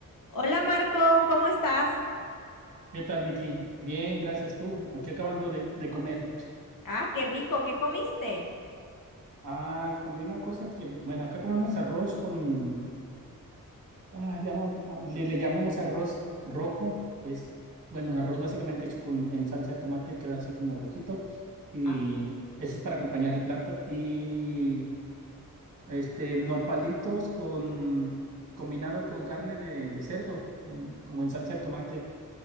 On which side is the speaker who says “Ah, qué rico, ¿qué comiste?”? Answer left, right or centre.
Left